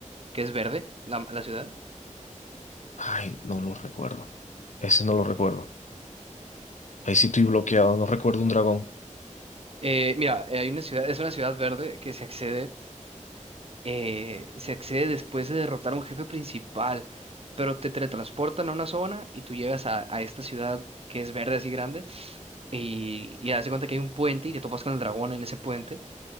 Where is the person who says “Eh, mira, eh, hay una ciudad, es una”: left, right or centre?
Right